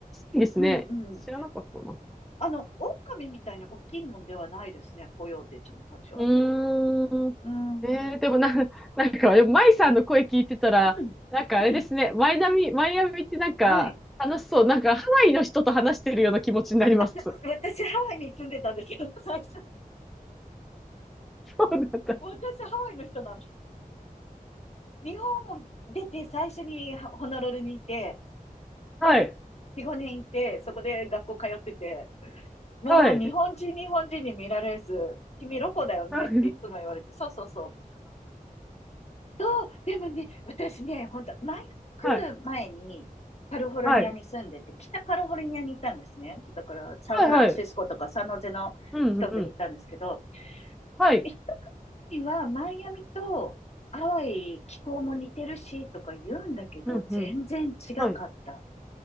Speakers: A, in the centre; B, on the left.
A: きですね。
B: うんうん。
A: 知らなかったな。
B: あの、狼みたいに大きいもんではないですね、コヨーテちゃんたちはね。
A: うーん。
B: うん。
A: えー、
B: うん
A: でもな、<laughs> なんか、でも舞さんの声聞いてたら、
B: うん。
A: なんかあれですね、
B: うん
A: マイナミ、マイアミってなんか、
B: はい。
A: 楽しそう。なんか、ハワイの人と話してるような気持ちになります。
B: あと私、
A: <laughs>
B: ハワイに住んでたんですよ、<laughs> 最初。
A: そうなんだ。
B: 私、ハワイの人なんです。日本を出て最初にホノルルにいて、
A: はい。
B: 4、5年いて、そこで学校通ってて、もう日本人、
A: はい。
B: 日本人に見られず、君ロコだよねっていつも言われて、
A: はい。
B: そうそうそう、そう、でもね、私ね、本当前来る前に、
A: はい。
B: カリフォルニアに住んでて、
A: はい。
B: 北カリフォルニアに行ったんですね。だから、サンフランシスコとかサンノゼの近くに行ったんですけど、
A: はい。はい。うん。うん。はい。
B: 一国はマイアミとハワイ気候も似てるしとか言うんだけど、
A: うん。
B: 全然違かった。
A: うん。はい。